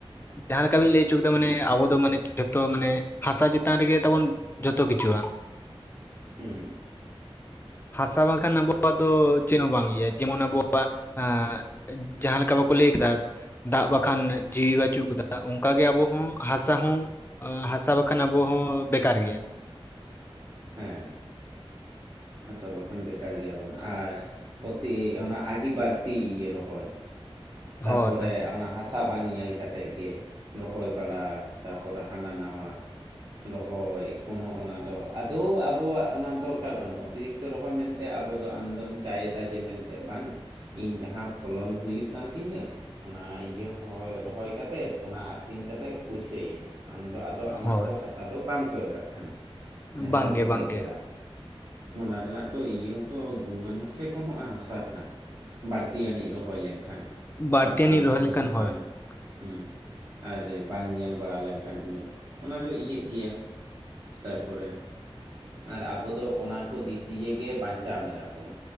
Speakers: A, on the left (about 20°); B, on the right (about 50°).
A: ᱡᱟᱦᱟᱸ ᱞᱮᱠᱟ ᱵᱤᱱ ᱞᱟᱹᱭ ᱦᱚᱪᱚ ᱠᱮᱫᱟ ᱢᱟᱱᱮ ᱟᱵᱚ ᱫᱚ ᱢᱟᱱᱮ ᱡᱷᱚᱛᱚ ᱢᱟᱱᱮ ᱦᱟᱥᱟ ᱪᱮᱛᱟᱱ ᱨᱮᱜᱮ ᱛᱟᱵᱚᱱ᱾ ᱡᱚᱛᱚ ᱠᱤᱪᱷᱩᱣᱟᱜ᱾
B: ᱦᱮᱸ
A: ᱦᱟᱥᱟ ᱵᱟᱝ ᱠᱷᱟᱱ ᱟᱵᱚᱣᱟᱜ ᱫᱚ ᱪᱮᱫ ᱦᱚᱸ ᱵᱟᱝ ᱜᱮᱭᱟ ᱡᱮᱢᱚᱱ ᱟᱵᱚᱣᱟᱜ, ᱟ ᱡᱟᱦᱟᱸ ᱞᱮᱠᱟ ᱵᱚ ᱠᱚ ᱞᱟᱹᱭ ᱠᱮᱫᱟ ᱫᱟᱜ ᱵᱟᱠᱷᱟᱱ ᱡᱤᱣᱤ ᱵᱟᱹᱪᱩᱜ ᱠᱮᱫᱟ ᱚᱱᱠᱟ ᱜᱮ ᱟᱵᱚ ᱦᱚᱸ ᱦᱟᱥᱟ ᱦᱚᱸ, ᱦᱟᱸᱥᱟ ᱵᱟᱠᱷᱟᱱ ᱟᱵᱚ ᱦᱚᱸ ᱵᱮᱠᱟᱨ ᱜᱮᱭᱟ᱾
B: ᱦᱮᱸ ᱦᱟᱥᱟ ᱵᱟᱠᱷᱟᱱ ᱵᱮᱠᱟᱨ ᱜᱮᱭᱟ ᱵᱚᱱ ᱟᱨ ᱚᱛᱤ ᱚᱱᱟ ᱟᱹᱰᱤ ᱵᱟᱹᱲᱛᱤ ᱤᱭᱟᱹ ᱨᱚᱦᱚᱭ, ᱛᱟᱨᱯᱚᱨ
A: ᱦᱳᱭ
B: ᱨᱮ ᱚᱱᱟ ᱦᱟᱥᱟ ᱵᱟᱝ ᱧᱮᱞ ᱠᱟᱛᱮᱫ ᱜᱮ ᱨᱚᱦᱚᱭ ᱵᱟᱲᱟ ᱛᱟᱯᱚᱨᱮ ᱦᱟᱱᱟ ᱱᱟᱣᱟ ᱨᱚᱦᱚᱭ ᱠᱳᱱᱳ ᱚᱱᱟ ᱫᱚ ᱟᱫᱚ ᱟᱵᱚᱣᱟᱜ ᱚᱱᱟ ᱫᱚᱨᱠᱟᱨ ᱵᱟᱹᱱᱩᱜᱼᱟ᱾ ᱚᱛᱤᱨᱤᱠᱛᱚ ᱨᱚᱦᱚᱭ ᱢᱮᱱᱛᱮ ᱟᱵᱚ ᱫᱚ ᱟᱢᱫᱚᱢ ᱪᱟᱭ ᱮᱫᱟ ᱡᱮ ᱢᱮᱱᱛᱮ ᱵᱟᱝ᱾ ᱤᱧ ᱡᱟᱦᱟᱸ ᱯᱷᱚᱞᱚᱱ ᱦᱩᱭᱩᱜ ᱠᱟᱱ ᱛᱤᱧᱟᱹ ᱚᱱᱟ ᱤᱭᱟᱹ ᱨᱚᱦᱚᱭ ᱠᱟᱛᱮᱫ ᱚᱱᱟ ᱟᱠᱷᱨᱤᱧ ᱠᱟᱛᱮᱫ ᱯᱩᱭᱥᱟᱹᱭᱟᱹᱧ ᱟᱢᱫᱚ ᱟᱫᱚ, ᱟᱢᱟᱜ
A: ᱦᱳᱭ
B: ᱫᱚ ᱦᱟᱥᱟ ᱫᱚ ᱵᱟᱢ ᱠᱚᱭᱚᱜᱟᱜ ᱠᱟᱱᱟ ᱡᱟᱦᱟᱸᱨᱮᱢ
A: ᱵᱟᱝᱜᱮ
B: ᱨᱚᱦᱚᱭ
A: ᱵᱟᱝᱜᱮ
B: ᱠᱮᱫᱟ᱾ ᱚᱱᱟ ᱨᱮᱱᱟᱜ ᱛᱚ ᱤᱭᱟᱹ ᱦᱚᱸᱛᱚ ᱜᱩᱱᱢᱟᱱ ᱦᱚᱸᱥᱮ ᱠᱚᱢᱚᱜᱼᱟ ᱦᱟᱥᱟ ᱨᱮᱱᱟᱜ᱾ ᱵᱟᱹᱲᱛᱤ ᱟᱹᱱᱤᱡ ᱨᱚᱦᱚᱭ ᱞᱮᱱᱠᱷᱟᱱ
A: ᱵᱟᱹᱲᱛᱤ
B: ᱟᱨ ᱵᱟᱝ
A: ᱟᱹᱱᱤᱡ ᱨᱚᱦᱚᱭ
B: ᱡᱩᱫᱤ
A: ᱞᱮᱱᱠᱷᱟᱱ ᱦᱳᱭ
B: ᱵᱟᱢ
A: ᱜᱚᱝᱠᱮ
B: ᱦᱩᱸ, ᱟᱨ ᱵᱟᱝ ᱧᱮᱞ ᱵᱟᱲᱟ ᱞᱮᱱᱠᱷᱟᱱ ᱩᱱᱟᱹᱜ ᱚᱱᱟ ᱫᱚ ᱤᱭᱟᱹᱜ ᱜᱮᱭᱟ᱾ ᱛᱟᱨ ᱯᱚᱨᱮ ᱟᱨ ᱟᱵᱚ ᱫᱚ ᱚᱱᱟ ᱠᱚ ᱫᱤᱠ ᱫᱤᱭᱮ ᱜᱮ ᱵᱟᱧᱪᱟᱣ ᱢᱮᱱᱟᱜ ᱵᱚᱱᱟ᱾